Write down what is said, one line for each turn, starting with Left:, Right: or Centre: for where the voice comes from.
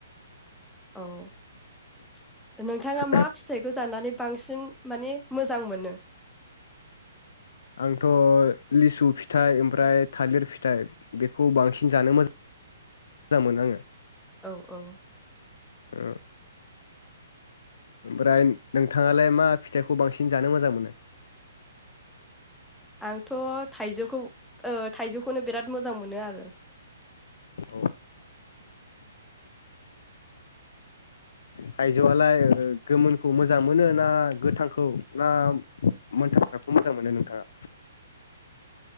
Centre: औ नोंथाङा
Left: एसेबां
Centre: मा फिथाइखौ जानानै बांसिन माने मोजां मोनो।
Left: आंथ लिसु फिथाइ ओमफ्राय थालिर फिथाइ बेखौ बांसिन जानो मोजां मोजां मोनो आङो।
Centre: औ औ
Left: ओ ओमफ्राय नोंथाङालाय मा फिथाइखौ बांसिन जानो मोजां मोनो
Centre: आंथ' थाइजौखौ ओ थाइजौखौनो बिराद मोजां मोनो आरो।
Left: औ थायजौआलाय गोमोनखौ मोजां मोनो ना गोथांखौ ना मोनथाख्राखौ मोजां मोनो नोंथाङा?